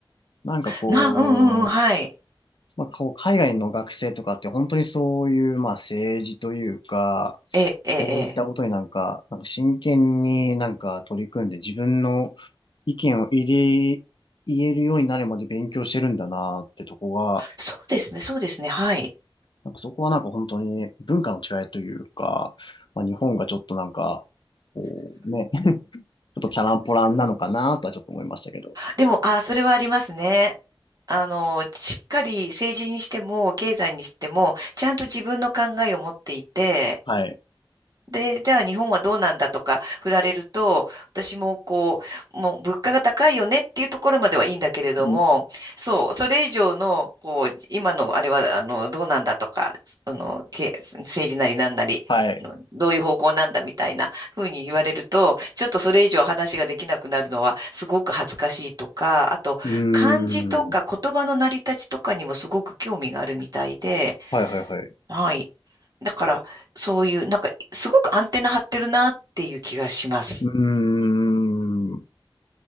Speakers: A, on the left; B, on the right.
A: なんかこう、
B: な、うん、うん、うん、はい。
A: まあ、こう海外の学生とかって本当にそういう、まあ、政治というか、
B: ええ、ええ、
A: そういったことになんか、
B: ええ。
A: なんか真剣になんか取り組んで自分の意見を入れ、言えるようになるまで勉強してるんだなってとこが、
B: そうですね、そうですね、はい。
A: なんかそこはなんか本当に文化の違いというか、まあ、日本がちょっとなんか、こうね、<laughs> ちょっとチャランポランなのかなとはちょっと思いましたけど。
B: でも、ああ、それはありますね。あの、しっかり政治にしても、経済にしても、ちゃんと自分の考えを持っていて、
A: はい。
B: で、じゃあ日本はどうなんだとか振られると、私もこう、もう物価が高いよねっていうところまではいいんだけれども、
A: うん
B: そう、それ以上の、こう、今のあれは、あの、どうなんだとか、あの、け、政治なりなんなり、
A: はい。
B: うんどういう方向なんだみたいなふうに言われると、ちょっとそれ以上話ができなくなるのはすごく恥ずかしいとか、あと漢字とか言葉の成り立ちとかにもすごく興味があるみたいで、
A: うーん。はいはいはい。
B: はい。だから、そういう、なんか、すごくアンテナ張ってるなっていう気がします。
A: うーん。